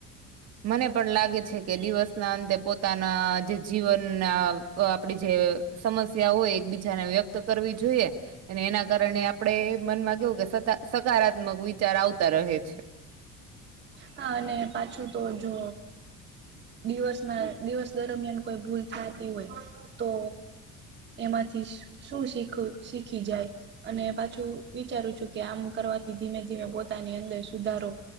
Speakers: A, on the right; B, on the right.
A: મને પણ લાગે છે કે દિવસના અંતે પોતાના જે જીવનના આપ આપડી જે, સમસ્યા હોય એકબીજાને વ્યક્ત કરવી જોઈએ. ને એના કારણે આપડે મનમાં કેવું કે સકા સકારાત્મક વિચાર આવતા રહે છ.
B: હા, અને પાછું તો જો, દિવસ ના દિવસ દરમિયાન કોઈ ભૂલ થાતી હોય તો, એમાંથી શ શું શીખું શીખી જાય. અને પાછું વિચારું છું કે આમ કરવાથી ધીમે ધીમે પોતાની અંદર સુધારો